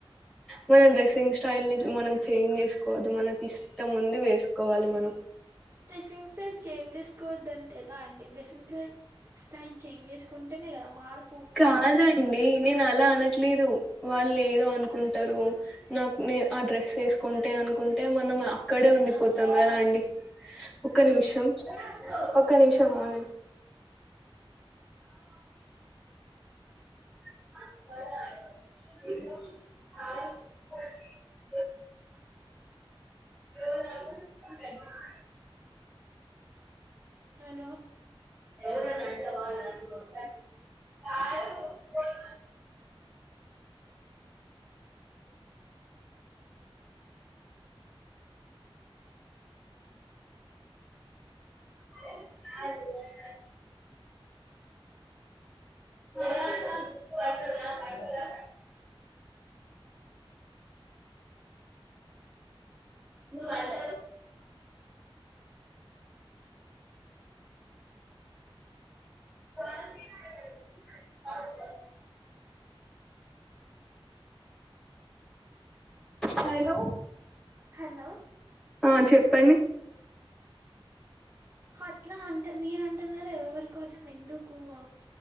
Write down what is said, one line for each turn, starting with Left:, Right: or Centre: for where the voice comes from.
Centre: మన డ్రెస్సింగ్ స్టైల్ ని మనం చేంజ్ చేసుకోవద్దు మనకి ఇష్టముంది వేసుకోవాలి మనం
Right: డ్రెస్సింగ్ స్టైల్ చేంజ్ చేసుకోవద్ద్దంటే ఎలా అండి డ్రెస్సింగ్ స స్టైల్ చేంజ్ చేసుకుంటేనే ఇగ మార్క్
Centre: కాదండి నేను అలా అనట్లేదు వాళ్ళు ఏదో అనుకుంటారు నాకు నే ఆ డ్రెస్ వేసుకుంటే అనుకుంటే మనం అక్కడే ఉండిపోతాం కదా అండి ఒక్క నిమిషం ఒక్క నిమిషం ఆం <unintelligible> <inaudible>
Right: హలో
Centre: <unintelligible> కాదు కోన్ అ <unintelligible> ను అంట కానీ నేను <unintelligible> హలో
Right: హలో
Centre: ఆ చెప్పండి
Right: అట్లా అంట మీరు అంటున్నారు ఎవవరి కోసం ఎందుకు ఆ